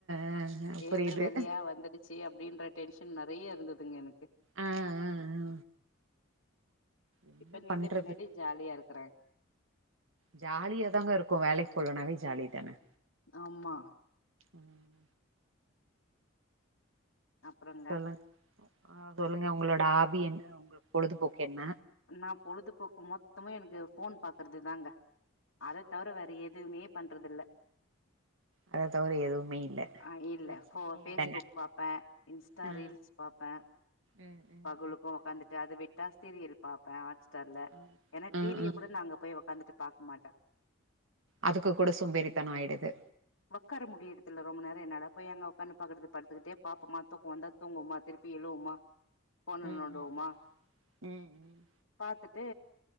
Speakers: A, on the right; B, on the left.
A: அ அ
B: எழுதுற
A: புரியுது
B: வேலையா வந்துடுச்சு ச்சி அப்டின்ற டென்ஷன் நெறைய இருந்ததுங்க எனக்கு
A: ஆ ஆ ஆ என்ன
B: இப்ப நிண்ட
A: பண்றது
B: பின்னாடி ஜாலியா இருக்றே
A: ஜாலியாதாங்க இருக்கு வேலைக்கு போலனாவே ஜாலி தான
B: ஆமா
A: ம்
B: அப்புறங்க
A: சொல்லுங்க சொல்லுங்க உங்களோட ஆபி என்ன உங்க பொழுதுபோக்கு என்ன
B: நா பொழுதுபோக்கு மொத்தமு எனக்கு ஃபோன் பாக்குறது தாங்க அத தவிர வேற எதுமே பண்றதில்ல
A: அத தவிர எதுவுமே இல்ல
B: அ இல்ல
A: பிரச்சனையே
B: போ ஃபேஸ்புக்
A: இல்லங்க
B: பாப்பே இன்ஸ்டா
A: ஆ
B: ரீல்ஸ் பாப்பே
A: ம் ம்
B: பகழுக்கு ஒக்காந்துட்டு அது வெட் சீரியல் பாப்பே ஹாட்ஸ்டார்ல
A: ம்
B: ஏன்னா
A: ம்
B: டிவிய
A: ம்
B: கூட நா அங்க போய் ஒக்காந்துட்டு பாக்க மாட்டே
A: அதுக்கு கூட சோம்பேறித்தன ஆயிடுது
B: ஒக்கார முடியர்துல ரொம்ப நேர என்னால பொய் அங்க ஒக்கான்னு பாக்றது படுத்துக்கிட்டே பாப்போமா தூக்க வந்தா தூங்குவோமா திருப்பி எழுவோமா ஃபோன
A: ம்
B: நோண்டுவோமா
A: ம்ம் ம் ம்
B: பாத்துட்டு